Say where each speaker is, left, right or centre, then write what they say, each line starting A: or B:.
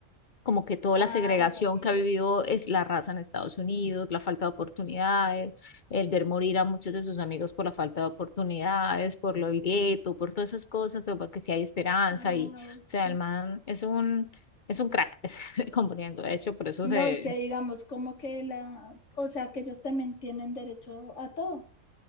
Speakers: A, on the left (about 50°); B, on the left (about 65°).
A: como que toda
B: Ah,
A: la segregación
B: ok,
A: que ha vivido es la raza en Estados Unidos, la falta de oportunidades, el ver morir a muchos de sus amigos por la falta de oportunidades, por lo del gueto, por todas esas cosas, como que si hay esperanza
B: ah,
A: y, o
B: ok.
A: sea, el man es un, es un crack <laughs> componiendo, de hecho, por eso
B: No,
A: se...
B: y que digamos como que la, o sea, que ellos también tienen derecho a todo.